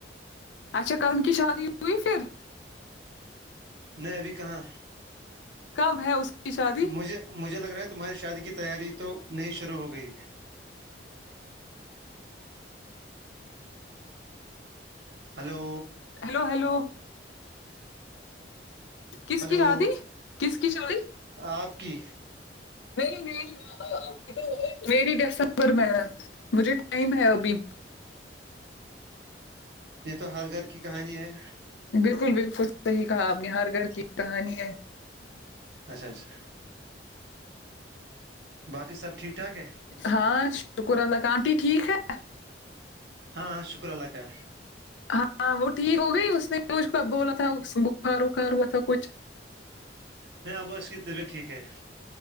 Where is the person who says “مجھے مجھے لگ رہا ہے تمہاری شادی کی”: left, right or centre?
Right